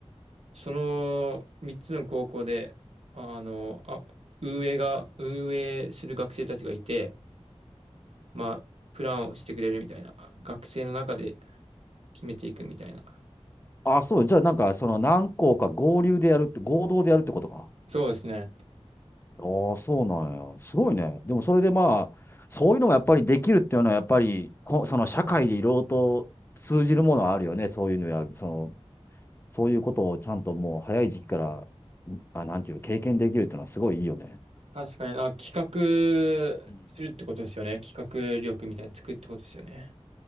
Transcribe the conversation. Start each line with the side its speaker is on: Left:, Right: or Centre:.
Right: その3つの高校で、あの、あ、運営が、運営する学生たちがいて、まあ、プランをしてくれるみたいな、学生の中で決めていくみたいな。
Left: ああ、そう。じゃあ、なんか、その何校か合流でやるって、合同でやるってことか。
Right: そうですね。
Left: ああ、そうなんや。すごいね。でも、それでまあ、そういうのもやっぱりできるっていうのは、やっぱりこ、その社会でいろいろと通じるものはあるよね。そういうのや、その、そういうことをちゃんともう早い時期から、あ、なんていう、経験できるっていうのはすごいいいよね。
Right: 確かに、あ、企画
Left: うん
Right: するってことですよね。企画力みたいに作るってことですよね。
Left: う